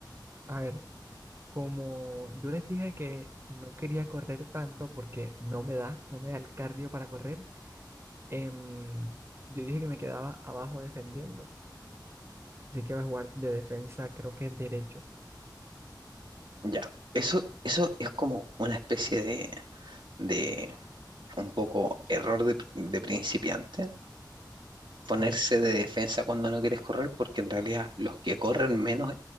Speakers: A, on the right (about 35°); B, on the right (about 85°).
A: a ver, como yo les dije que no quería correr tanto porque no me da, no me da el cardio para correr, em, yo dije que me quedaba abajo defendiendo. Así que va a jugar de defensa, creo que es derecho.
B: Ya. Eso, eso es como una especie de, de un poco error de, de principiante, ponerse
A: Ajá.
B: de defensa cuando no quieres correr, porque en realidad los que corren menos